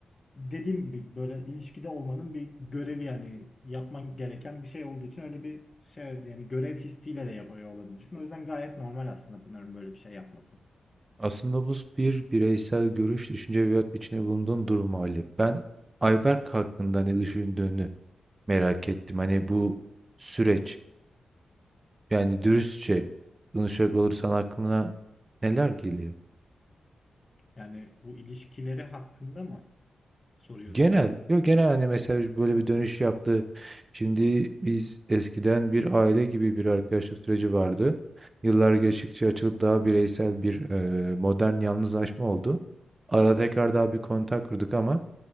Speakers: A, on the left; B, on the right.
A: dediğim gibi böyle ilişkide olmanın bir görevi yani yapman gereken bir şey olduğu için öyle bir şey yani görev hissiyle de yapıyor olabilirsin. O yüzden gayet normal aslında Pınar'ın böyle bir şey yapması.
B: Aslında bu bir bireysel görüş, düşünce veyahut içinde bulunduğun durum hali. Ben Ayberk hakkında ne düşündüğünü merak ettim. Hani bu süreç, yani dürüstçe konuşacak olursan aklına neler geliyor?
A: Yani bu ilişkileri hakkında mı soruyorsun?
B: Genel, yok genel hani mesela böyle bir dönüş yaptı. Şimdi biz eskiden bir aile gibi bir arkadaşlık süreci vardı. Yıllar geçtikçe açılıp daha bireysel bir e, modern yalnızlaşma oldu. Ara tekrar daha bir kontak kurduk ama